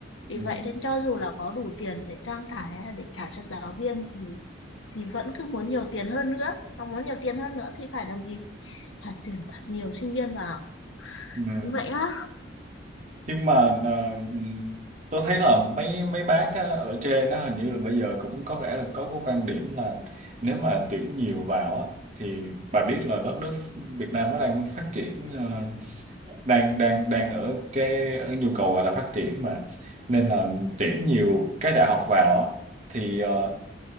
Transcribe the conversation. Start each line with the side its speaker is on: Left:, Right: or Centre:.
Left: vì
Right: Ừ.
Left: vậy nên cho dù là có đủ tiền để trang trải hay là để trả cho giáo viên thì thì vẫn cứ muốn nhiều tiền hơn nữa và muốn nhiều tiền hơn nữa thì phải làm gì phải tuyển thật nhiều sinh viên vào
Right: Ừ.
Left: như vậy á
Right: nhưng mà à, tôi thấy là mấy mấy bác á, ở trên nó hình như là bây giờ cũng có vẻ là có cái quan điểm là nếu mà tuyển nhiều vào á thì bà biết là đất nước Việt Nam nó đang phát triển ờ, đang đang đang ở cái ở nhu cầu gọi là phát triển mà nên là tuyển nhiều cái đại học vào á thì ờ,